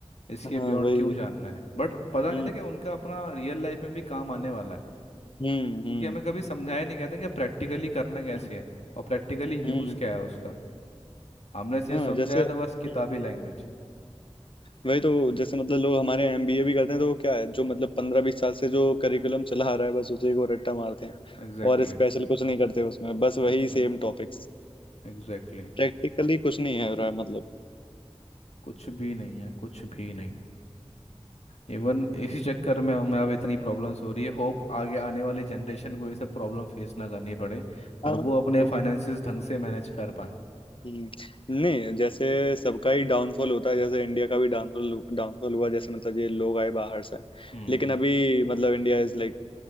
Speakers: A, on the left; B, on the left.
A: इसके
B: हाँ
A: बियॉन्ड
B: वही
A: क्यों जानना है बट पता
B: हम्म
A: नहीं था कि उनका अपना रियल लाइफ में भी काम आने वाला है
B: हम्म
A: क्योंकि
B: हम्म
A: हमें कभी समझाया नहीं गया था कि प्रैक्टिकली करना कैसे
B: हम्म
A: है और प्रैक्टिकली यूज़
B: हम्म,
A: क्या है उसका हमने सिर्फ
B: हाँ
A: समझाया
B: जैसे
A: था बस किताबी
B: हम्म,
A: लैंग्वेज
B: वही तो जैसे मतलब लोग हमारे एमबीए भी करते हैं तो वो क्या है जो मतलब पंद्रह बीस साल से जो करिकुलम चला आ रहा है बस उसी को रट्टा मारते हैं
A: Exactly
B: और स्पेशल
A: exactly.
B: कुछ नहीं करते उसमें बस
A: कुछ
B: वही
A: भी नहीं
B: सेम टॉपिक्स
A: Exactly exactly.
B: प्रैक्टिकली कुछ नहीं है रहा मतलब
A: कुछ भी नहीं है कुछ भी नहीं इवन इसी चक्कर में हमें अब इतनी प्रॉब्लम्स हो रही है होप आगे आने वाली जनरेशन को ये सब प्रॉब्लम फेस ना करनी पड़े और
B: हाँ
A: वो अपने
B: होगी
A: फाइनेंसिस ढंग से मैनेज कर पाए
B: नहीं हम्म, नहीं जैसे सबका ही डाउनफॉल होता है जैसे इंडिया का भी डाउनफॉल डाउनफॉल हुआ जैसे मतलब ये लोग आए बाहर से
A: हम्म
B: लेकिन अभी मतलब इंडिया इज लाइक